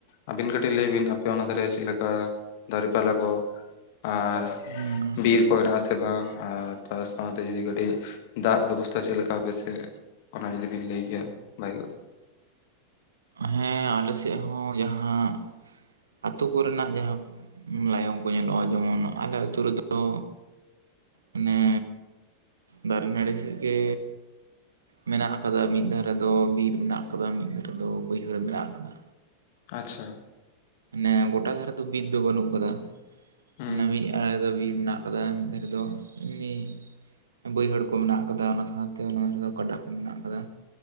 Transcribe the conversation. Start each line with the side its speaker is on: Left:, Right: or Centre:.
Left: ᱟᱹᱵᱤᱱ ᱠᱟᱹᱴᱤᱡ ᱞᱟᱹᱭ ᱵᱤᱱ ᱟᱯᱮ ᱚᱱᱟ ᱫᱷᱟᱨᱮ ᱪᱮᱫ ᱞᱮᱠᱟ ᱫᱟᱨᱮ ᱯᱟᱞᱟ ᱠᱚ ᱟᱨ
Right: ᱦᱩᱸ᱾
Left: ᱵᱤᱨ ᱠᱚ ᱦᱮᱸᱱᱟᱜ-ᱟ ᱥᱮ ᱵᱟᱝ ᱟᱨ ᱛᱟ ᱥᱟᱶᱛᱮ ᱡᱩᱫᱤ ᱠᱟᱹᱴᱤᱡ ᱫᱟᱜ ᱵᱮᱵᱚᱥᱛᱷᱟ ᱪᱮᱫ ᱞᱮᱠᱟ ᱟᱯᱮ ᱥᱮᱜ ᱚᱱᱟ ᱡᱩᱫᱤᱵᱤᱱ ᱞᱟᱹᱭ ᱠᱮᱭᱟ ᱵᱷᱟᱜᱮ ᱠᱚᱜ᱾
Right: ᱦᱮᱸ ᱟᱞᱮᱥᱮᱫ ᱦᱚᱸ ᱡᱟᱦᱟᱸ ᱟᱹᱛᱩ ᱠᱚᱨᱮᱱᱟᱜ ᱡᱟᱦᱟᱸ ᱞᱟᱭᱚᱝ ᱠᱚ ᱧᱮᱞᱚᱜ-ᱟ ᱡᱮᱢᱚᱱ ᱟᱞᱮ ᱟᱹᱛᱩ ᱨᱮᱫᱚ ᱢᱟᱱᱮ ᱫᱟᱨᱮ ᱱᱟᱹᱬᱤ ᱥᱮᱜ ᱜᱮ ᱢᱮᱱᱟᱜ ᱠᱟᱫᱟ, ᱢᱤᱫ ᱫᱷᱟᱨᱮ ᱫᱚ ᱵᱤᱨ ᱢᱮᱱᱟᱜ ᱠᱟᱫᱟ ᱢᱤᱫ ᱫᱷᱟᱨᱮ ᱫᱚ ᱵᱟᱹᱭᱦᱟᱹᱲ ᱢᱮᱱᱟᱜ ᱠᱟᱫᱟ᱾
Left: ᱟᱪᱪᱷᱟ᱾
Right: ᱢᱟᱱᱮ ᱜᱚᱴᱟ ᱫᱷᱟᱨᱮ ᱫᱚ ᱵᱤᱨ ᱫᱚ ᱵᱟᱹᱱᱩᱜ ᱠᱟᱫᱟ
Left: ᱦᱩᱸ
Right: ᱢᱚᱱᱮ ᱢᱤᱫ ᱟᱲᱮ ᱫᱚ ᱵᱤᱨ ᱢᱮᱱᱟᱜ ᱠᱟᱫᱟ ᱢᱤᱫ ᱫᱷᱟᱨᱮ ᱫᱚ ᱮᱢᱱᱤ ᱵᱟᱹᱭᱦᱟᱹᱲ ᱠᱚ ᱢᱮᱱᱟᱜ ᱠᱟᱫᱟ ᱚᱱᱟ ᱥᱟᱶᱛᱮ ᱚᱱᱟ ᱫᱷᱟᱨᱮ ᱫᱚ ᱜᱟᱰᱟ ᱠᱚ ᱢᱮᱱᱟᱜ ᱠᱟᱫᱟ᱾